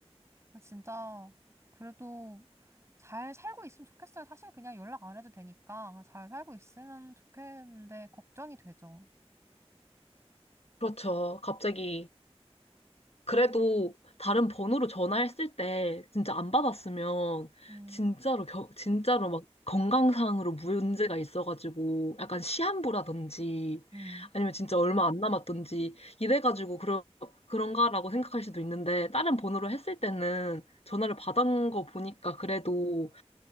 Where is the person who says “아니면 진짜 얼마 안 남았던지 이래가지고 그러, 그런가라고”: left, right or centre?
Left